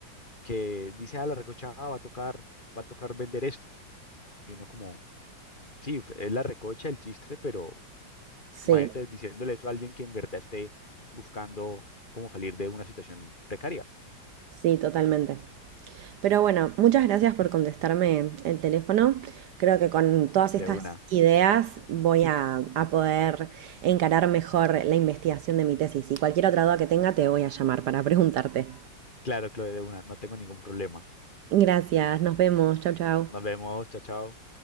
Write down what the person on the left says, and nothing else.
que dice, ah, la recocha ah, va a tocar, va a tocar vender esto. Y uno como, sí, f- es la recocha el chiste, pero
imagínate diciéndole eso a alguien que en verdad esté buscando cómo salir de una situación precaria,
de
una.
Claro, Chloe, de una, no tengo ningún problema.
Nos vemos, chao, chao.